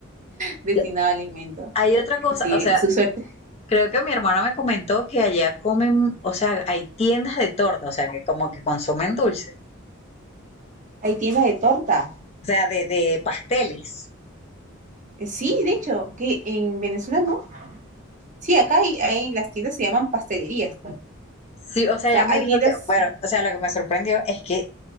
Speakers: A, on the right (about 35°); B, on the left (about 30°).
A: destinado
B: Ya.
A: a alimento.
B: Hay otra cosa,
A: Sí,
B: o sea,
A: su suerte.
B: creo que mi hermana me comentó que allá comen, o sea, hay tiendas de torta, o sea, que como que consumen dulce.
A: Hay tienda de torta.
B: o sea, de, de pasteles.
A: Eh, Sí, de hecho, que en Venezuela no. Sí, acá hay, hay- las tiendas se llaman pastelerías. O
B: Sí, o sea,
A: sea,
B: ella me
A: hay
B: dijo
A: tiendas.
B: que, bueno, o sea, lo que me sorprendió es que,